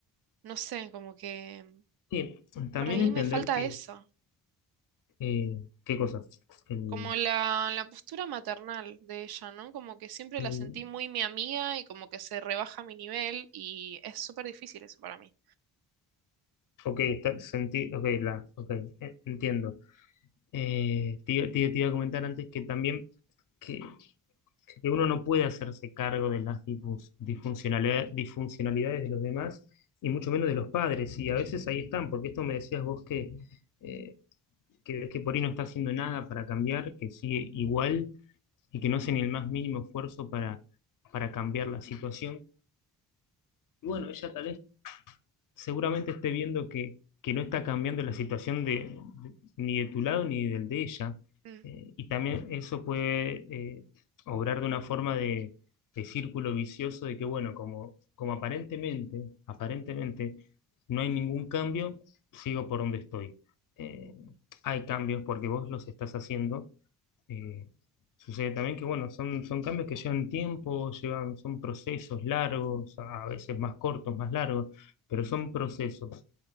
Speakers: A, on the right; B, on the left.
A: no sé, como que
B: Sí, también
A: por ahí
B: entender
A: me falta
B: que,
A: eso.
B: eh, qué cosas. El,
A: Como la, la postura maternal de ella, ¿no? Como que siempre
B: el-
A: la sentí muy mi amiga y como que se rebaja mi nivel y es súper difícil eso para mí.
B: ok, está, sentí, ok, la, ok, eh, entiendo. Eh, te, iba te- te iba a comentar antes que también que, que uno no puede hacerse cargo de las disfus- disfuncionalidad- disfuncionalidades de los demás y mucho menos de los padres. Y a veces ahí están, porque esto me decías vos que, eh, que, que por ahí no está haciendo nada para cambiar, que sigue igual y que no hace ni el más mínimo esfuerzo para, para cambiar la situación. Y bueno, ella tal vez seguramente esté viendo que, que no está cambiando la situación de, de- ni de tu lado ni del de ella.
A: Mm,
B: Eh, y también eso puede eh, obrar de una forma de, de círculo vicioso de que, bueno, como, como aparentemente, aparentemente no hay ningún cambio, sigo por donde estoy. Eh, hay cambios porque vos los estás haciendo eh, sucede también que, bueno, son, son cambios que llevan tiempo, llevan, son procesos largos, a veces más cortos, más largos, pero son procesos.